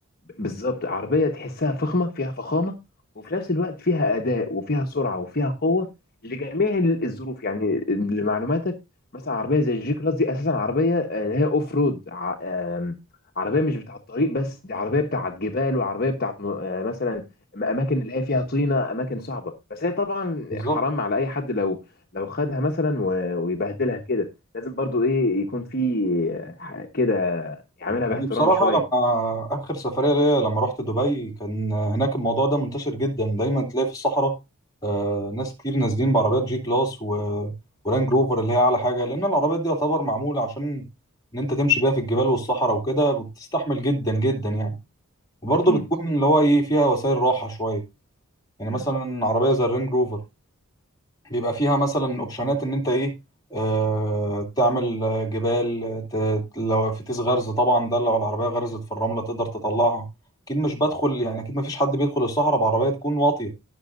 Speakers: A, on the left (about 45°); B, on the left (about 15°).
A: بالظبط عربية تحسها فخمة فيها فخامة وفي نفس الوقت فيها أداء وفيها سرعة وفيها قوة لجميع الظروف يعني لمعلوماتك مثلا عربية زي الجي كلاس دي أساسا عربية آه، اللي هي أوف رود ع- آم، عربية مش بتاعة الطريق بس دي عربية بتاعة جبال وعربية بتاعة م- آه، مثلا أماكن اللي هي فيها طينة أماكن صعبة بس هي طبعا
B: بالظبط
A: حرام على أي حد لو لو خدها مثلا و- ويبهدلها كده لازم برضو إيه يكون في آه، ح- كده يعملها باحترام
B: يعني بصراحة
A: شوية
B: لما آخر سفرية ليا لما رحت دبي كان هناك الموضوع ده منتشر جدا دايما تلاقي في الصحراء آه، ناس كتير نازلين بعربيات جي كلاس و... ورانج روفر اللي هي أعلى حاجة لأن العربيات دي يعتبر معمولة عشان إن أنت تمشي بيها في الجبال والصحراء وكده بتستحمل جدا جدا يعني وبرضه
A: أكيد
B: بتكون اللي هو إيه فيها وسائل راحة شوية يعني
A: مم.
B: مثلا عربية زي الرانج روفر بيبقى فيها مثلا اوبشنات ان انت ايه آه تعمل جبال ت... لو في تيس غرز طبعا ده لو العربيه غرزت في الرمله تقدر تطلعها اكيد مش بدخل يعني اكيد ما فيش حد بيدخل الصحراء بعربيه تكون واطيه